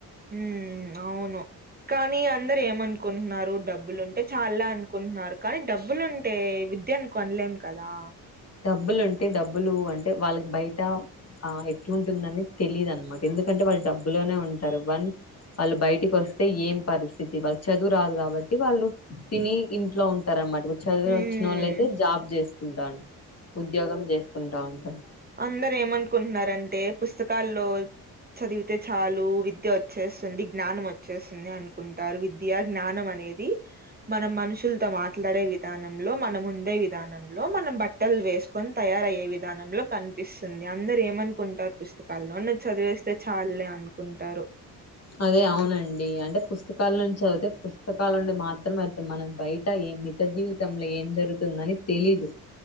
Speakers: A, on the right; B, on the left.
A: మ్ అవును. కానీ అందరు ఏమనుకుంటున్నారు డబ్బులుంటే చాల్ల అనుకుంటున్నారు కానీ డబ్బులుంటే విద్యను కొన్లేం కదా
B: డబ్బులుంటే డబ్బులు అంటే వాళ్ళక్ బైటా ఆ ఎట్లుంటుందని తెలీద్ అన్మాట ఎందుకంటే వాళ్ళు డబ్బులోనే ఉంటారు. వన్ వాళ్ళు బయటికి వస్ స్తే ఏం పరిస్థితి వాళ్ళ చదువు రాదు కాబట్టి వాళ్ళు తిని ఇంట్లో ఉంటారన్నమాట. ఇ చదువు
A: హ్మ్.
B: వచ్చిన వాళ్ళైతే జాబ్ చేసుకుంటా ఉద్యోగం చేస్కుంటా ఉంటారు.
A: అందర్ ఏమనుకుంటున్నారంటే పుస్తకాల్లో చదివితే చాలు విద్య వచ్చేస్తుంది జ్ఞానం వచ్చేస్తుంది అనుకుంటారు. విద్య జ్ఞానం అన్ నేది మనం మనుషులతో మాట్లాడే విధానంలో, మనం ఉండే విధానంలో మనం బట్టల్ వేస్కొన్ తయారయ్యే విధానంలో కన్పిస్తుంది. అందర్ ఏమనుకుంటారు పుస్తకాల్లో ఉన్నద్ చదివేస్తే చాల్లే అను కుంటారు.
B: అదే అవునండి అంటే పుస్తకాల్లోచి చదివితే పుస్తకాల్లో ఉండే మాత్రం అవుతుంది మనక్ బైట ఎ ఈ మిత జీవితంలో ఏం జరుగుతుందని తెలీదు.